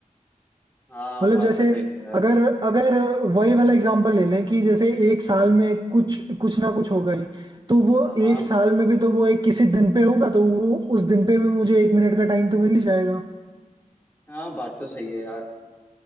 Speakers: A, on the left; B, on the right.
A: हाँ
B: मतलब
A: बात
B: जैसे
A: तो सही है यार
B: अगर अगर वही वाला एग्जांपल ले लें कि जैसे एक साल में कुछ कुछ ना कुछ होगा ही तो वो
A: हाँ हाँ
B: एक साल में भी तो वो एक किसी दिन पे होगा तो वो उस दिन पे भी मुझे एक मिनट का टाइम तो मिल ही जाएगा
A: हाँ बात तो सही है यार